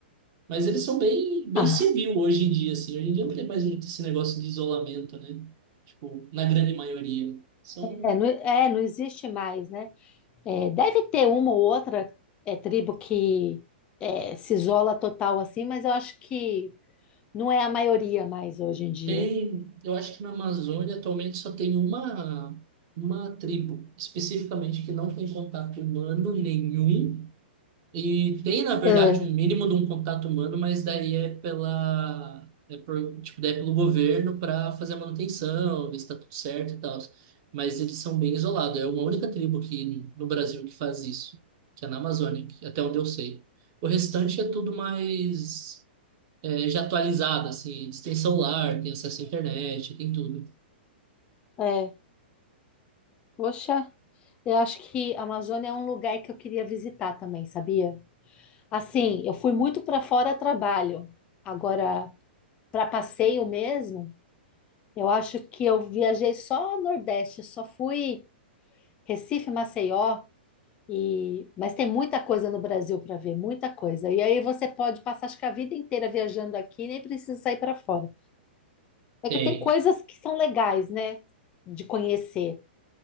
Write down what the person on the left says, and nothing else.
Ah,
é, não, é, não existe mais, né? É, deve ter uma ou outra é, tribo que é, se isola total assim, mas eu acho que não é a maioria mais hoje em dia.
É,
é. Poxa, eu acho que a Amazônia é um lugar que eu queria visitar também, sabia? Assim, eu fui muito para fora a trabalho. Agora, para passeio mesmo, eu acho que eu viajei só Nordeste, só fui Recife, Maceió, e... mas tem muita coisa no Brasil para ver, muita coisa. E aí você pode passar, acho que a vida inteira viajando aqui, nem precisa sair para fora. É
que tem coisas que são legais, né? De conhecer,